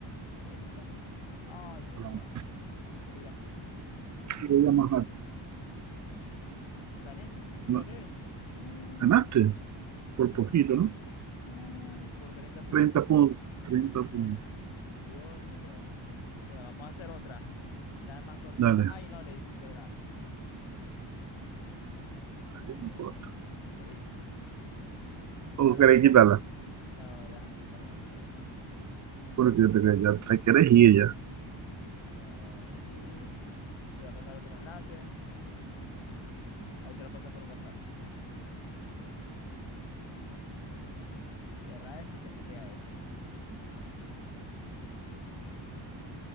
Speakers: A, on the left (about 70°); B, on the right (about 40°).
A: ¿Este? Ay, es
B: Perdón,
A: Bronx. Yo le di a Queens.
B: yo voy a más alto.
A: Gané,
B: No,
A: gané. Su,
B: Ganaste por poquito, ¿no?
A: su, por 30 punticos.
B: 30 puntos. treinta puntos.
A: Dios mío. Mira, vamos a hacer otra. Está más cortita.
B: Dale,
A: Ay, no, le dicen que era. Demonios.
B: está bien, no importa.
A: Le- <laughs> Bueno,
B: O querés
A: ¿quién
B: quitarla,
A: em- No, déjame quitarlo un momentico ya.
B: porque yo te quería, ya te querés ir ya.
A: Dame aquí. Te voy a pasar otro enlace. Ahí te lo pasé por WhatsApp. Cerra ese y te mete a ese.